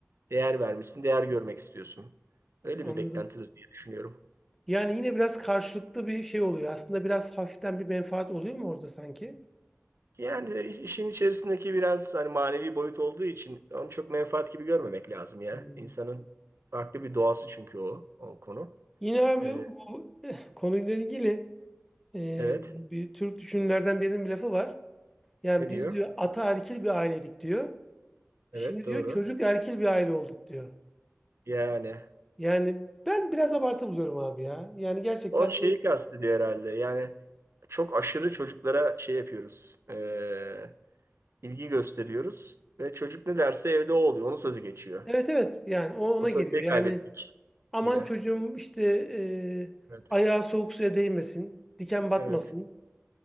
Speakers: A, on the right; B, in the centre.
A: Değer vermişsin, değer görmek istiyorsun. Öyle
B: anladım.
A: bir beklentidir diye düşünüyorum.
B: Yani yine biraz karşılıklı bir şey oluyor. Aslında biraz hafiften bir menfaat oluyor mu orada sanki?
A: Yani de iş- işin içerisindeki biraz hani manevi boyut olduğu için onu çok menfaat gibi görmemek lazım ya.
B: Hmm.
A: İnsanın farklı bir doğası çünkü o o konu.
B: Yine abi
A: Ee,
B: bu eh, konuyla ilgili eh,
A: evet.
B: bir Türk düşünürlerden birinin bir lafı var. Yani
A: Ne
B: biz
A: diyor?
B: diyor ata erkil bir aileydik diyor. Şimdi
A: Evet doğru.
B: diyor çocuk erkil bir aile olduk diyor.
A: Yani
B: Yani ben biraz abartı buluyorum abi ya. Yani gerçekten
A: O şeyi kastediyor herhalde. Yani çok aşırı çocuklara şey yapıyoruz. eee, ilgi gösteriyoruz. Ve çocuk ne derse evde o oluyor. Onun sözü geçiyor.
B: evet evet yani o ona
A: Otoriteyi
B: geliyor. Yani
A: kaybettik
B: aman
A: gibi.
B: çocuğum işte eh,
A: Evet.
B: ayağı soğuk suya değmesin, diken batmasın.
A: Evet.